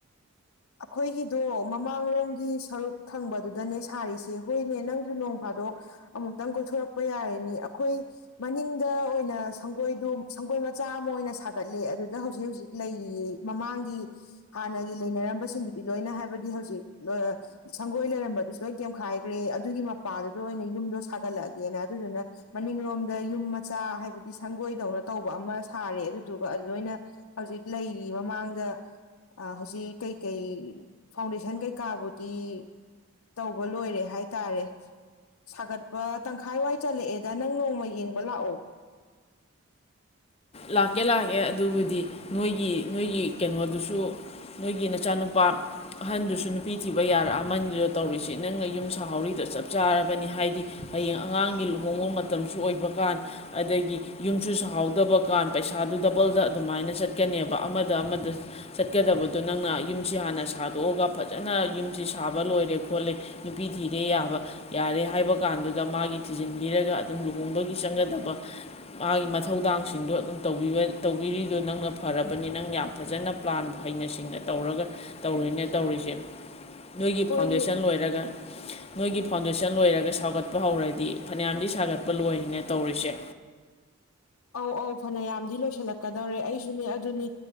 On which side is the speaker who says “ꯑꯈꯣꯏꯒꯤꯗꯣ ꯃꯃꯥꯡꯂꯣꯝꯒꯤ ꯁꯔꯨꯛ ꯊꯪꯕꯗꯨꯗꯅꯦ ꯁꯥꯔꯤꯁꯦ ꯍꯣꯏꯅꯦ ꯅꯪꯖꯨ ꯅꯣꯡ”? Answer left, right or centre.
Left